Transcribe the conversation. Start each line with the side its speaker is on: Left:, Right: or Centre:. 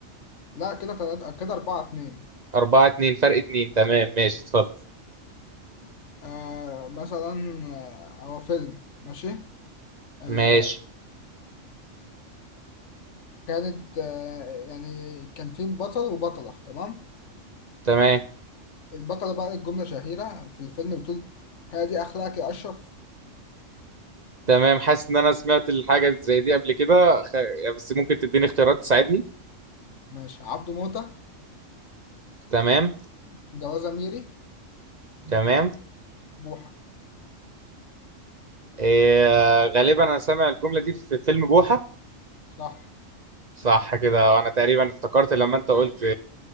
Left: لا كده تلاتة كده أربعة اتنين
Right: أربعة اتنين فرق اتنين تمام ماشي اتفضل
Left: آه مثلا آه، هو فيلم ماشي آه
Right: ماشي
Left: كانت آه يعني كان في بطل وبطلة تمام
Right: تمام
Left: البطلة بقى ليك جملة شهيرة في الفيلم بتقول هادي أخلاقك يا أشرف
Right: تمام حاسس إن أنا سمعت الحاجة زي دي قبل كده خ... يعني بس ممكن تديني اختيارات تساعدني
Left: ماشي عبده موتة
Right: تمام
Left: جوازة ميري
Right: تمام
Left: بوحة
Right: إيه... غالبا أنا سامع الجملة دي في فيلم بوحة
Left: صح
Right: صح كده وأنا تقريبا افتكرت لما أنت قلت